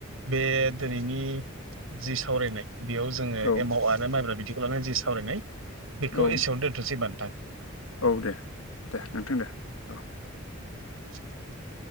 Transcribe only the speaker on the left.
औ
औ
औ दे दे नोंथां दे औ